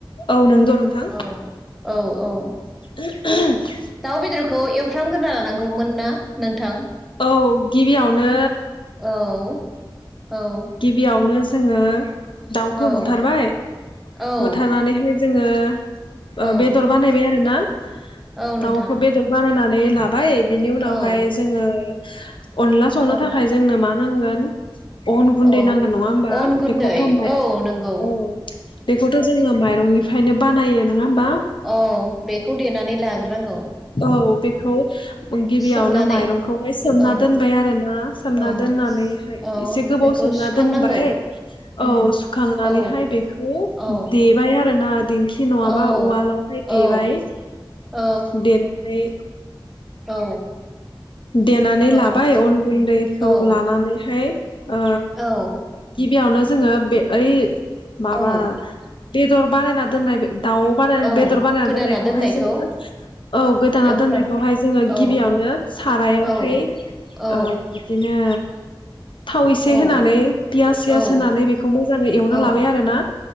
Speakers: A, on the left (about 70°); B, in the centre.
A: औ नंगौ नोंथां
B: औ औ औ।
A: <unintelligible>
B: दाउ बेदरखौ एवफ्रामग्रोना लानांगौमोना नोंथां।
A: औ गिबियावनो
B: औ औ।
A: गिबिआवनो जोङो दाउखौ
B: औ
A: बुथारबाय
B: औ
A: बुथारनानैहाय जोंङो ओ
B: औ
A: बेदर बानायबाय आरो ना
B: औ नोंथां
A: दाउखौ बेदर बानायनानै बे लाब ओमफ्राय बिनि उनावहाय
B: औ
A: जोङो अनला संनो
B: औ
A: थाखाय जोंनो मा नांगोन? अन गुन्दै
B: औ
A: नांगोन नङा होमबा?
B: अन गुन्दै
A: बेखौथ' माइ
B: औ नंगौ
A: औ बेखौथ जोंङो माइरंनिफ्रायनो बानायो नोंङा बा
B: औ बेखौ देनानै लाग्रोनांगौ
A: औ बेखौ गिबियावनो
B: सोमनानै
A: माइरंखौहाय सोमना
B: औ
A: दोनबाय आरोना सोमना
B: औ
A: दोननानैहाय
B: औ
A: एसे गोबाव
B: बेखौ
A: सोमना
B: सुखांनांगौ
A: दोनबाय औ
B: उम
A: सुखांनानैहाय
B: औ
A: बेखौ
B: औ
A: देबाया <unintelligible> खि नङाबा
B: औ
A: उवालावहाय
B: औ
A: देबाय देनानैनानै
B: औ औ।
A: देनानै
B: औ
A: लाबाय
B: नोंथां
A: अन गुन्दैखौ
B: औ
A: लानानैहाय ओ
B: औ
A: गिब बेयावनो जोङो बे ओइ माबा
B: औ
A: बेदर बानायना दोननाय बे दाउ बानाय
B: औ
A: बेदर बानायना
B: गोदाना
A: दोननायखौहाय
B: दोननायखौ
A: जोङो औ गोदाना
B: एवफ्राम
A: दोननायखौहाय जोङो
B: औ
A: गिबियावनो सारायावहाय
B: औ औ
A: बिदिनो। थाव एसे
B: औ
A: होनानै पियास सियास
B: औ
A: होनानै बेखौ मोजाङै एवना
B: औ
A: लाबाय आरोना